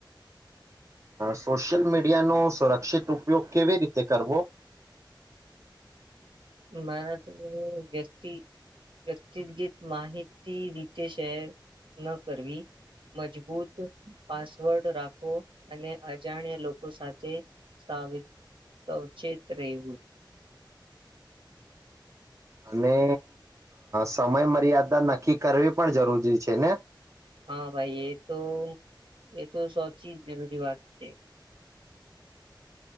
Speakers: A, on the right; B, on the right.
A: સોશિયલ મીડિયા નો સુરક્ષિત ઉપયોગ કેવી રીતે કરવો.
B: મારા વ્યક્તિ વ્યક્તિગત માહિતી રીતે શેર ન કરવી મજબૂત પાસવર્ડ રાખવો અને અજાણ્યા લોકો સાથે સાવ સાવચેત રહેવું.
A: અને સમય મર્યાદા નક્કી કરવી પણ જરૂરી છે ને.
B: હા ભાઈ એ તો એ તો સચી જરૂરી વાત છે.